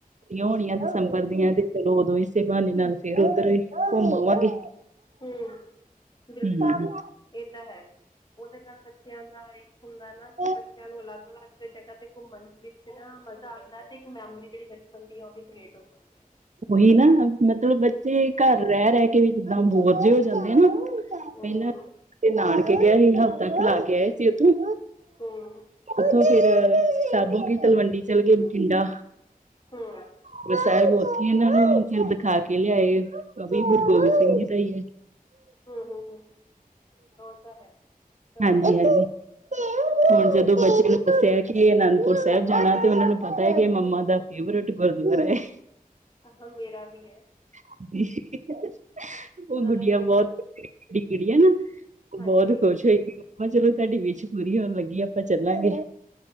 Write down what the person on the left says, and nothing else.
ਹਮ-ਮ, ਬਿਲਕੁਲ
ਇਹ ਤਾਂ ਹੈ। ਉਹਦੇ ਨਾਲ ਬੱਚਿਆਂ ਦਾ ਇੱਕ ਹੁੰਦਾ ਨਾ
ਕਿ ਬੱਚਿਆਂ ਨੂੰ ਅਲੱਗ -ਅਲੱਗ ਤੇ ਜਗ੍ਹਾ ਤੇ ਘੁੰਮਣ ਵਿੱਚ ਨਾ ਮਜ਼ਾ ਆਦਾਂ ਤੇ ਇੱਕ ਮੈਮਰੀ ਜਿਹੜੀ ਬਚਪਨ ਦੀ ਆ ਉਹ ਵੀ ਕ੍ਰੀਏਟ ਹੋ ਜਾਣ।
ਹੂੰ
ਹਮ-ਮ।
ਹਮ-ਮ।
ਹਮ-ਹਮ-ਹਮ ਔ ਤਾਂ ਹੈ। ਤਾਂ
ਮਤਲਬ
ਕਿ
ਅਹੋ ਮੇਰਾ ਵੀ ਐ।
ਉਹਨਾਂ
ਨੂੰ ਦੱਸੋ
ਹਾਂਜੀ